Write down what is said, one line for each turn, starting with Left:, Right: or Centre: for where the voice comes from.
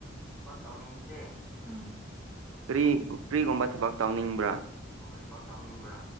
Centre: ꯊꯕꯛ ꯇꯧꯅꯤꯡꯗꯦ ꯎꯝ
Right: ꯀꯔꯤ ꯀꯔꯤꯒꯨꯝꯕ ꯊꯕꯛ ꯇꯧꯅꯤꯡꯕ꯭ꯔꯥ
Centre: ꯁꯤꯒꯨꯝꯕ ꯊꯕꯛ ꯇꯧꯅꯤꯡꯕ꯭ꯔꯥ